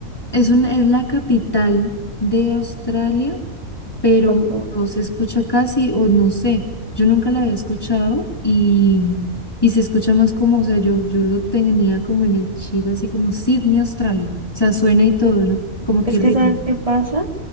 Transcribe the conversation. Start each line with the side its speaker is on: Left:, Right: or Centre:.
Left: es un es la capital de Australia, pero
Right: Ajá.
Left: no se escucha casi, o no sé, yo nunca la había escuchado y, y se escucha más como, o sea, yo, yo lo tenía como en el chip, así como Sydney, Australia. O sea, suena y todo,
Right: Es
Left: ¿no? Como que
Right: es
Left: ritmo.
Right: que, ¿sabes qué pasa?